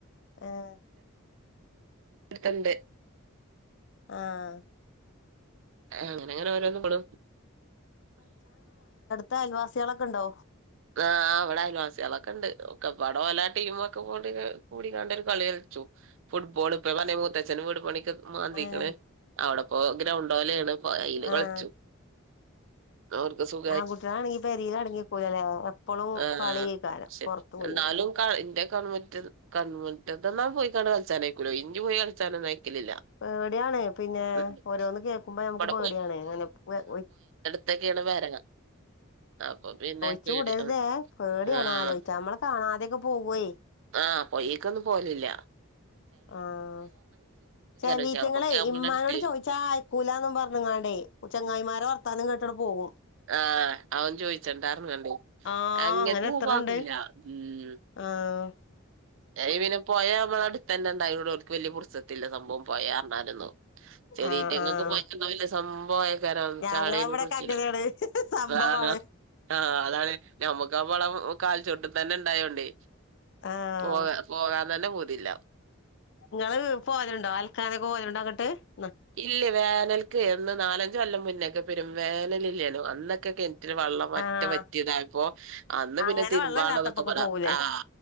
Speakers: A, on the left; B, on the right.
A: ആഹ്
B: എടുത്തണ്ട്
A: ആഹ്
B: അങ്ങനെ അങ്ങനെ ഓരോന്ന പോണു
A: ത അയൽവാസിയൊളൊക്ക ണ്ടോ
B: ആഹ് ഇവിടെ അയൽവാസീയോളൊക്കെണ് ഓല്ലാ ടീമും ഒക്കെ കൂടിക്കാണ്ടൊരു കളി കളിച്ചു ഫുഡ്ബോൾ ഇപ്പൊ വലെ മൂത്തച്ചന് വീട്പണിക്ക് മാന്തിക്കണ്
A: ഏഹ്
B: അവിടെ പോ ഗ്രൗണ്ട് പോലെയാണ് അയിൽ
A: ആഹ്
B: കളിച്ചു അവടുസു
A: ആ കുട്ടികളാണെങ്കി പെരിയിലാടെ ണെങ്കി കുലല്ലേ എപ്പഴും
B: ആഹ്
A: കളിക്കാനം
B: പക്ഷെ
A: പുറത്തു പോയി
B: എന്നാലും ഇന്റെ കണൺമുറ്റ് കൺമുറ്റതന്ന പോയി ക കളിച്ചാനയക്കല്ലോ ഇഞ് പോയി കളിച്ചാനൊന്നും അയക്കലില്ല
A: പേടിയാണ് പിന്നെ
B: ഉം
A: ഓരോന്ന് കേൾക്കുമ്പോ നമക്ക്
B: ഇവിടെ
A: പേടിയാണ് അങ്ങനെ പു ഒയ്ക്ക്
B: ത്തക്കെയാണ് വരങ്ങ അപ്പൊ പിന്നെ
A: പച്ച
B: പേടി
A: കൂടരുതേ പേടിയാണ്
B: ആഹ്
A: ആലോചിച്ച നമ്മളെ കാണാതെയൊക്കെ പോവുവേ
B: ആഹ് പൊയക്കൊന്നും പോലില്ല
A: ആഹ ചലീറ്റങ്ങളെ
B: പക്ഷെ നമ്മക്ക് നമ്മളെട്ത്ത്
A: ഇമ്മാനോട് ചോദിച്ചാ ആയിക്കൂലന്നും പറഞ്ഞങ്ങാണ്ടേ ചെങ്ങായിമാരെ വർത്താനം കേട്ടഡ് പോകും
B: ആഹ് അവൻ ചോയിച്ചണ്ടായിർന്നണ്ടേ
A: ആഹ്
B: അങ്ങനത്തവാകില്ല
A: അങ്ങനെ എത്രണ്ട്
B: ഉം
A: ആഹ്
B: ഏ ഇ പിന്നെ പൊയ അമ്മളെ അടുത്തന്നെ ഉണ്ടായോണ്ട് ഓൽക്ക് വല്ല്യ പുർസ ത്തില്ല സംഭവം പൊഴ അർഞ്ഞാലൊന്നും ഇതീറ്റങ്ങൾക്ക്
A: ആഹ് ആഹ്
B: പറ്റുന്ന വല്ല സംഭവം ആ ക്കാരം
A: ഞങ്ങളവിടൊക്കെ
B: ചാടി ഒക്കെ കുളിച്ച്ണ
A: അങ്ങനെയാണ് സംഭവാണ്
B: ആഹ് ആഹ് അതാണ് നമുക്ക് അമ്മളം കാൽച്ചുവട്ടിൽ ഇണ്ടായോണ്ട്
A: ആഹ്
B: പോക പോകാൻ തന്നെ പൂതില്ല
A: നിങ്ങള് പോയൽണ്ടോ അൽക്കാന ഒക്കെ പോയല്ണ്ടോ അങ്ങട്ട് എന്ന.
B: ഇല്ലേ വേനൽക്ക് എന്ന് നാലഞ്ച് കൊല്ലം മുന്നേ കെ പെരും വേനല് ഇല്ലേനോ അന്നൊക്കെ കെണറ്റ് വെള്ളം പറ്റ
A: ആഹ്
B: വറ്റി പറ്റിയതാപ്പോ അന്ന്
A: അങ്ങനെ
B: പിന്നെ തിരുമ്പാളതൊക്കെപ്പെട്
A: വെള്ളല്ലാത്തപ്പൊക്കെ പോവൂലേ
B: പആഹ